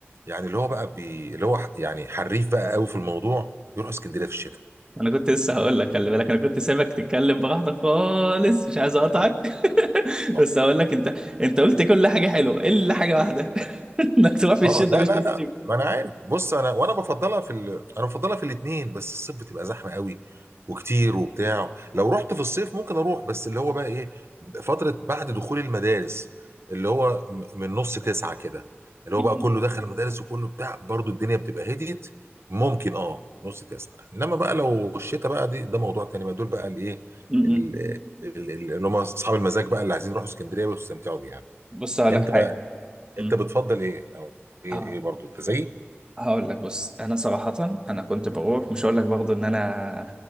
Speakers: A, on the right (about 70°); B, on the right (about 20°).
A: يعني اللي هو بقى بي اللي هو ح- يعني حريف بقى قوي في الموضوع يروح اسكندريه في الشتاء
B: انا كنت لسه هقول لك خلي بالك انا كنت سايبك تتكلم براحتك خالص مش عايز اقطعك
A: اه
B: <laughs>
A: آه.
B: بس هقول لك انت انت قلت كل حاجه حلوه الا حاجه واحده <laughs> انك تروح في الشتاء
A: اه لا
B: مش
A: لا
B: نصيب
A: لا ما انا عارف بص انا وانا بفضلها في ال... انا بفضلها في الاثنين بس الصيف بتبقى زحمه قوي وكتير وبتاع لو رحت في الصيف ممكن اروح بس اللي هو بقى ايه فتره بعد دخول المدارس اللي هو م- من نص تسعة كده اللي
B: م-
A: هو بقى كله دخل المدارس وكله بتاع برضو الدنيا بتبقى هديت ممكن اه نص تسعة انما بقى لو الشتاء بقى دي ده موضوع تاني بقى دول بقى الايه
B: م- م.
A: ال- ال- ال- اللي هم اصحاب المزاج بقى اللي عايزين يروحوا اسكندريه ويستمتعوا بيها
B: بص هقول
A: انت
B: لك حاجه م.
A: أنت بتفضّل إيه أو إيه
B: اه
A: إيه برضه، أنت زيي؟
B: هقول لك بص انا صراحه انا كنت بروح مش هقول لك برضه ان انا